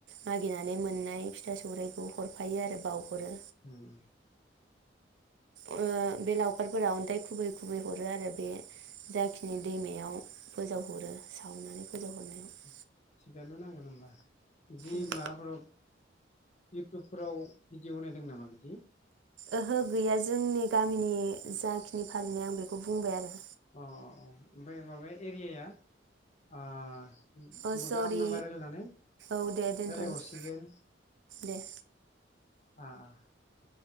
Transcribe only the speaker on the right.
मागिनानै मोननाय फिथा सौराइखौ हरफायो आरो बाउहरो
ओ बे लावखारफोरा अन्थाइ खुबै खुबै हरो आरो बे जाखिनि दैमायाव फोजावहरो सावनानै फोजावहरनायाव
उम
ओहो गैया जोंनि गामिनि जाखिनि फालिनाय आं बेखौ बुंबाय आरो
अ सरि
औ दे दोनथ'नोसै
दे